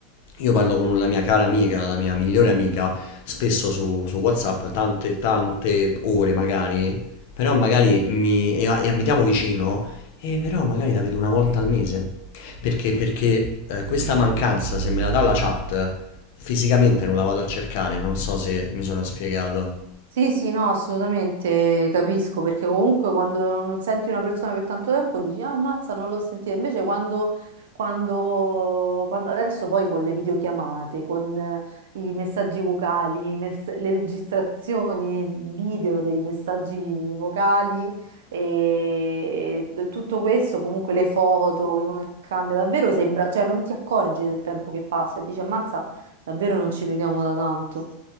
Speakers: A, on the left; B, on the right.
A: Io parlo con la mia cara amica, la mia migliore amica, spesso su, su WhatsApp, tante, tante ore magari, però magari mi, e, e abitiamo vicino, e però magari la vedo una volta al mese. Perché? Perché eh, questa mancanza, se me la dà la chat, fisicamente non la vado a cercare, non so se mi sono spiegato.
B: Sì, sì, no, assolutamente capisco, perché comunque quando non senti una persona per tanto tempo dici, ah, ammazza, non l'ho sentita. Invece quando, quando, quando- adesso poi con le videochiamate, con eh, i messaggi vocali, i mess- le registrazioni video dei messaggi vocali e e tutto questo, comunque le foto che uno cambia, davvero sembra, cioè non ti accorgi del tempo che passa e dici, ammazza, davvero non ci vediamo da tanto.